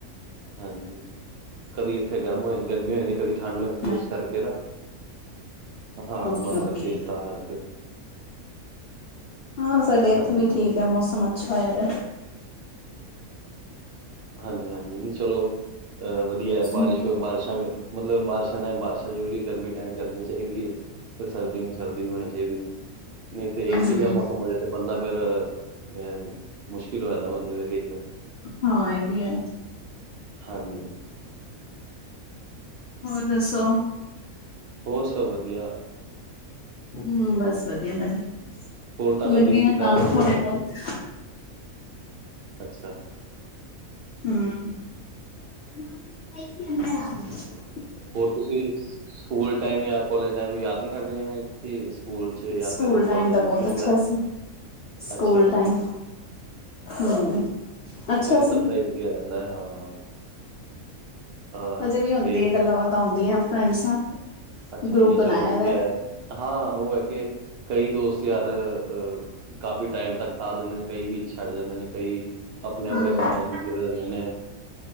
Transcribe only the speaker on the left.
ਮੈਂ
ਓਕੇ-ਓਕੇ
ਹਾਂ, ਸਾਡੇ ਇੱਥੇ
ਵੀ ਠੀਕ। ਮੌਸਮ ਅੱਛਾ ਹੋਈਦਾ।
ਹਮ
ਹਮ
ਹਾਂ ਇਹ ਵੀ ਐ।
ਹੋਰ ਦੱਸੋ?
ਹੂੰ, ਬਸ ਵਦੀਆ ਮੈ ਵੀ,
ਲੱਗੇ
ਆ ਕੰਮ
ਥੋੜੇ
ਬੌਤ।
ਹੂੰ।
ਸਕੂਲ
ਟਾਈਮ
ਦਾ
ਬੌਤ
ਅੱਛਾ
ਸੀ। ਸਕੂਲ
ਟਾਈਮ, ਹੂੰ, ਅੱਛਾ ਸੀ।
ਹਜੇ ਵੀ ਹੁੰਦੀ
ਐ, ਗੱਲਾਂ ਬਾਤਾਂ ਹੂੰਦੀਆਂ ਫਰੈਂਡਸ ਨਾਲ।
ਗਰੁੱਪ
ਬਣਾਇਆ
ਦਾ
ਹਮ